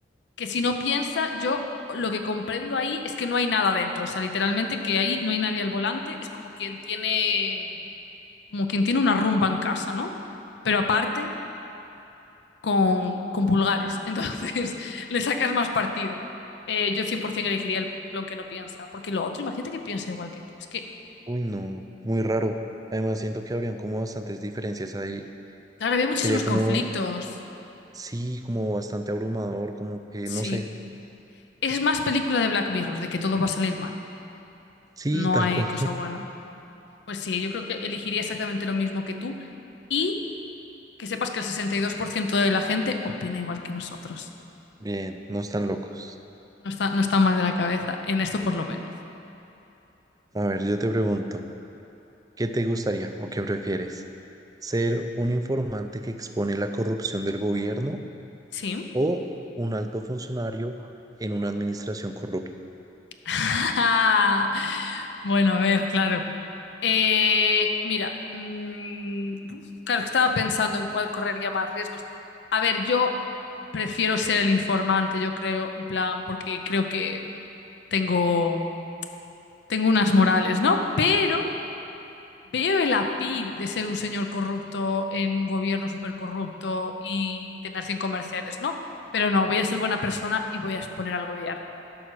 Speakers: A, on the left; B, on the right.
A: que si no piensa, yo lo que comprendo ahí es que no hay nada dentro. O sea, literalmente que ahí no hay nadie al volante. Es como quien tiene, como quien tiene una rumba en casa, ¿no? Pero aparte con, con pulgares. Entonces <laughs> le sacas más partido. Eh, yo 100% elegiría el plon que no piensa. Porque lo otro, imagínate que piensa igual que tú. Es que,
B: Uy, no, muy raro. Además, siento que habrían como bastantes diferencias ahí.
A: claro, había muchísimos
B: Sería como,
A: conflictos.
B: sí, como bastante abrumador, como que,
A: Sí.
B: no sé.
A: Es más película de Black Mirror, de que todo va a salir mal.
B: Sí,
A: No
B: tal
A: hay
B: cual.
A: cosa buena. Pues sí, yo creo que elegiría exactamente lo mismo que tú. Y que sepas que el 62% de la gente opina igual que nosotros.
B: Bien, no están locos.
A: No está, no está mal de la cabeza, en esto por lo menos.
B: A ver, yo te pregunto, ¿qué te gustaría o qué prefieres? ¿Ser un informante que expone la corrupción del gobierno
A: Sí.
B: o un alto funcionario en una administración corrupta?
A: <laughs> Bueno, a ver, claro. Eh, mira, mm, uf, claro, estaba pensando en cuál correría más riesgos. A ver, yo prefiero ser el informante, yo creo, en plan, porque creo que tengo, tengo unas morales, ¿no? Pero Veo el apil de ser un señor corrupto en un gobierno súper corrupto y tener cinco Mercedes, ¿no? Pero no, voy a ser buena persona y voy a exponer al gobierno.